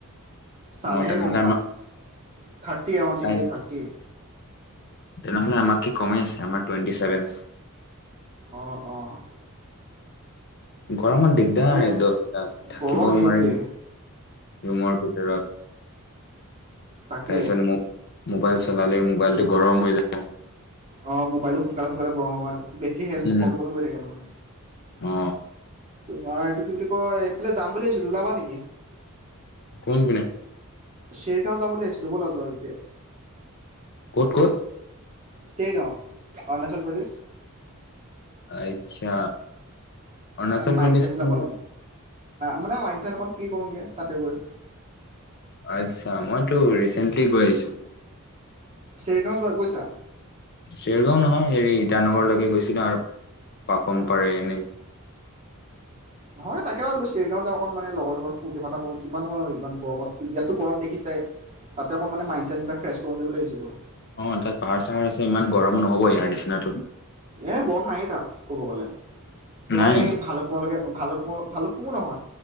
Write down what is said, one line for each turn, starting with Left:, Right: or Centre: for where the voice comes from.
Right: চালেহে
Left: অ তেনেহলে
Right: গম
Left: আমাৰ
Right: পাম থাৰ্টি আমাৰ
Left: চাই
Right: ঠিকেই থাৰ্টিয়ে
Left: তেনেহলে আমাতকে কমেই আছে আমাৰ টুৱেণ্টি ছেভেন আছে
Right: অঁ অঁ
Left: গৰমত দিগদাৰ
Right: তাকে
Left: একদম এবিলাক থাকিবও
Right: গৰম সেইটোৱেই
Left: নোৱাৰি ৰুমৰ ভিতৰত
Right: তাকে
Left: <unintelligible> মোবাইল চলালে মোবাইলটো গৰম হৈ যায়
Right: অ মোবাইলো সোনকালে সোনকালে গৰম হয় বেটেৰী হেল্থটো
Left: উম
Right: কমি কমি গৈ থাকে মানে।
Left: অ
Right: তোমাৰ এইটো কি বুলি কয় এইফালে যাম বুলি ভাবিছোঁ ওলাবা নেকি।
Left: কোন পিনে
Right: শ্বেৰগাঁও যাম বুলি ভাবিছিলো ব'লা যোৱা যদি
Left: ক'ত? ক'ত?
Right: চেৰিগাঁও, অৰুণাচল প্ৰদেশ।
Left: আচ্ছা! অৰুণাচল
Right: মানে মাইণ্ডচছেটবিলাক
Left: প্ৰদেশটো
Right: অকণ
Left: মই
Right: মানে মাইণ্ডচছেট অকণ ফ্ৰী কৰোঁগৈ তাতে গৈ।
Left: আচ্ছা, মইতো ৰিচেন্টলি গৈ আহিছোঁ।
Right: চেৰিগাঁও যোৱা, গৈছা?
Left: চেৰিগাঁও নহয়, হেৰি, ইটানগৰলৈকে গৈছিলো আৰু। পাপম পাৰে, এনেই
Right: হয়, তাকে ভাবিলো চেৰিগাঁও যাওঁ অকণ মানে লগৰ লগত, ফূৰ্তি ফাৰ্তা কৰো কিমানো, ইমান গৰমত, ইয়াতো গৰম দেখিছোই তাতে অকণ মানে মাইণ্ডছেট বিলাক ফ্ৰেছ কৰোঁগৈ বুলি ভাবছিলো।
Left: অ' তাত পাহাৰ-চাহাৰ আছে, ইমান গৰম নহ'ব ইয়াৰ নিচিনা তো
Right: এ গৰম নাইয়ে তাত, ক'ব গ'লে। তোমাৰ
Left: নাই নেকি
Right: এই ভালুকপুংৰ লৈকে ভালুপুং, ভালুকপুঙো নহয়,